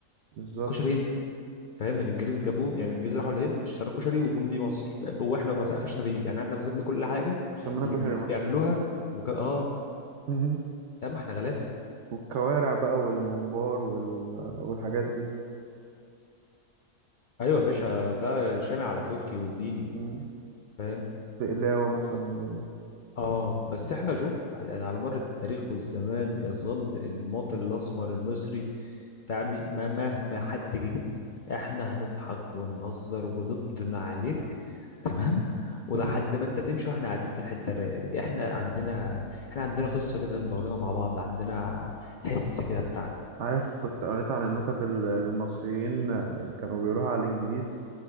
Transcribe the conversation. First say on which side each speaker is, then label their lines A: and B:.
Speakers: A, on the right (about 65°); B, on the left (about 55°).
A: بالظبط
B: الكشري هند فاهم الانجليز جابوه يعني الانجليز راحوا الهند اشتروا كشري وجم بيه مصر واحنا ما سقفشنا فيه يعني احنا سيبنا كل حاجه
A: مسمينا
B: الانجليز
A: كشري مصر
B: بيعملوها وك... اه
A: مهم.
B: لا ما احنا غلاسه
A: والكوارع بقى والممبار وال... والحاجات دي
B: ايوه يا باشا ده شامع على تركي والديني
A: مم.
B: فاهم
A: بقلاوة مثلا برضه
B: اه بس احنا شوف يعني على مر التاريخ والزمان يظل المواطن الاسمر المصري فاهمي ما- مهما حد جه احنا هنضحك ونهزر ونبدن عليك تمام ولحد
A: مم.
B: ما انت تمشي واحنا قاعدين في الحته الرايقه دي احنا عندنا احنا عندنا قصه كده مدورينها مع بعض عندنا حس كده بتاعنا
A: عارف كنت قريت عن النكت ال- اللي المصريين آه، كانوا بيقولوها على الإنجليز